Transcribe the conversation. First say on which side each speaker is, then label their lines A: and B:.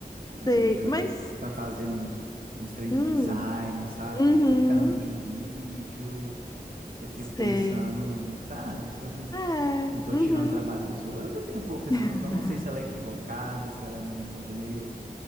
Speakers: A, on the right; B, on the left.
A: Às
B: Sei,
A: vezes eu,
B: mas.
A: para fazer um, uns trem
B: Hum,
A: de design, sabe?
B: uhum,
A: Para fazer thumb de um vídeo, eu fico
B: sei.
A: pensando, sabe? Se eu não,
B: É,
A: não tô
B: uhum.
A: tirando trabalho dos outros, eu ainda tenho um pouco essa
B: <laughs>
A: noção. Eu Não sei se ela é equivocada, se ela é uma coisa meio